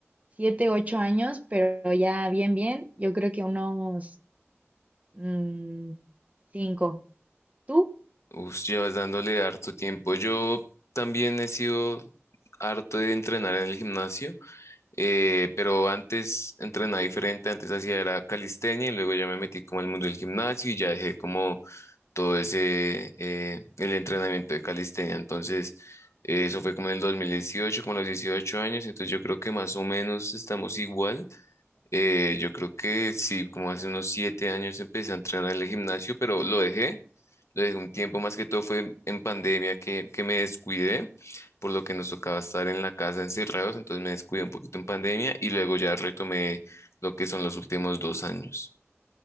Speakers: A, on the right; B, on the left.
A: siete, ocho años, pero ya bien, bien. Yo creo que unos mm, cinco. ¿Tú?
B: Uf, llevas dándole harto tiempo. Yo también he sido harto de entrenar en el gimnasio, eh, pero antes entrenaba diferente, antes hacía era calistenia y luego ya me metí como al mundo del gimnasio y ya dejé como todo ese, eh, el entrenamiento de calistenia. Entonces, eh, eso fue como en el 2018, como a los 18 años, entonces yo creo que más o menos estamos igual. Eh, yo creo que sí, como hace unos siete años empecé a entrenar en el gimnasio, pero lo dejé, lo dejé un tiempo, más que todo fue en pandemia que, que me descuidé, por lo que nos tocaba estar en la casa encerrados, entonces me descuidé un poquito en pandemia y luego ya retomé lo que son los últimos dos años.